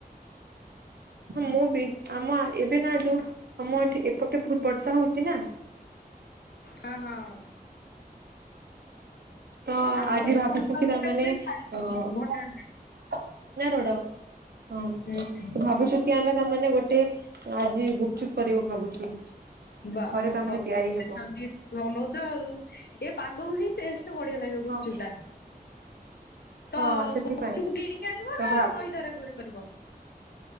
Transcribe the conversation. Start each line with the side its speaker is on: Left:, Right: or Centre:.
Right: ହଁ ମୁଁ ବି ଆମ ଏବେ ନା ଯୋଉ ଆମ ଏଠି ଏପଟେ ବହୁତ ବର୍ଷା ହଉଛି ନା
Left: ହଁ ହଁ।
Right: ତ
Left: ଆମର
Right: ଆଜି
Left: ଏ
Right: ଭାବୁଛନ୍ତି
Left: ବର୍ଷା ହଉଥିଲା
Right: ତାମାନେ
Left: ଏବେ ଛାଡିଛି
Right: ଅ
Left: ଘଣ୍ଟା ଘଣ୍ଟା।
Right: ନା ରୋଡ ହଁ
Left: ହୁଁ ହୁଁ।
Right: ତୁ ଭାବୁଛୁ କି ଆମେ ତାମାନେେ ଗୋଟେ ଆଜି ଗୁପଚୁପ କରିବୁ ଭାବୁଛୁ।
Left: ବା
Right: ଘରେ
Left: ବା
Right: ତାମାନେ
Left: ଭଲା
Right: ତିଆରି
Left: ସ୍ପୈସାଲ
Right: ହେବ
Left: ଡିସ୍ ବନଉଛ ଆଉ ଏ ପାଗ ହିଁ ଟେଷ୍ଟ୍ ତୋ ବଢିଆ ଲାଗିବ ଗୁପଚୁପ
Right: ହଁ
Left: ଟା। ତ
Right: ହଁ ସେଥିପାଇଁ
Left: ଗପଚୁକୁ କିଣିକି ଆଣିବ
Right: ତ
Left: ନା
Right: ଭା
Left: ମଇଦାରେ ଘରେ କରିବ।